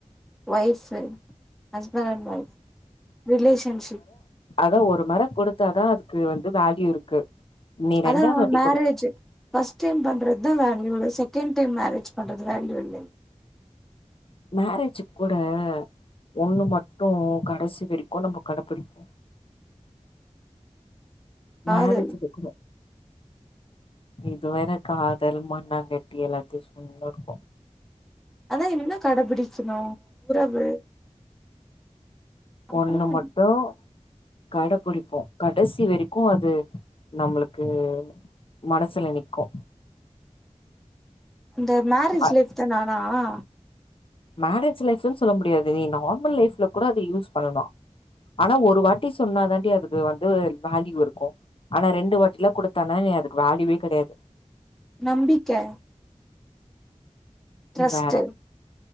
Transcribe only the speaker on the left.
அத ஒருமொற கொடுத்தாதா அதுக்கு வந்து வேல்யூ இருக்கு நீ ரெண்டாவது
வாட்டி
குடு
மேரேஜுக்கூட ஒன்னு மட்டு கடைசி வரிக்கு நம்ம கடபிடிப்போ
மேரேஜுக் <unintelligible> இதுவேற காதல் மண்ணாங்கட்டி எல்லாத்தியும் சொல்னேருக்கு
ஒன்னு
மட்டு கடபுடிப்போ கடசி வரிக்கு அது நம்முளுக்கு மனசுல நிக்கு
அ
மேரேஜ் லைஃப்னு சொல்ல முடியாது நீ நார்மல் லைஃப்ல கூட அத யூஸ் பண்ணலா ஆனா ஒரு வாட்டி சொன்னா தாண்டி அதுக்கு வந்து வேல்யூ இருக்கு ஆனா ரெண்டு வாட்டில்லா குடுத்தானா நீ அதுக்கு வேல்யூவே கெடையாது
ம் வேற